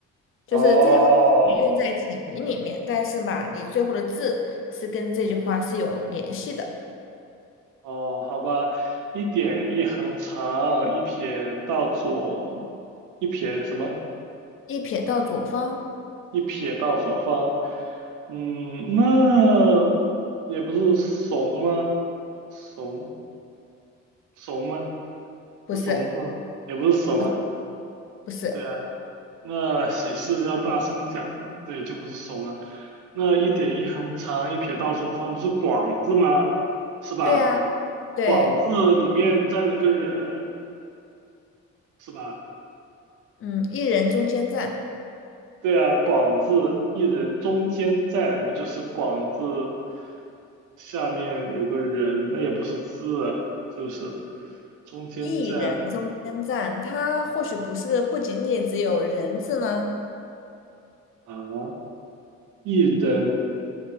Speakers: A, on the left (about 45°); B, on the right (about 80°).
A: 就是这句话你用在解谜里面，
B: 哦
A: 但是吧，你最后的字是跟这句话是有联系的。
B: 哦，好吧，一点一横长，一撇到左，一撇什么？
A: 一撇到左方，
B: 一撇到左方。嗯，那也不是怂吗？怂怂吗？
A: 不是，
B: 是怂字吗？也不是怂啊。
A: 不是不是，
B: 对啊，那喜事要大声讲，对，就不是怂了。那一点一横长一撇到左方不是广字吗？是吧？
A: 对啊，对，
B: 广字里面站着个人，是吧？
A: 嗯，一人中间站。
B: 对啊，广字一人中间站，不就是广字下面有个人，那也不是字啊，是不是？中间站
A: 一人中间站，它或许不是不仅仅只有人字呢，
B: 啊，一人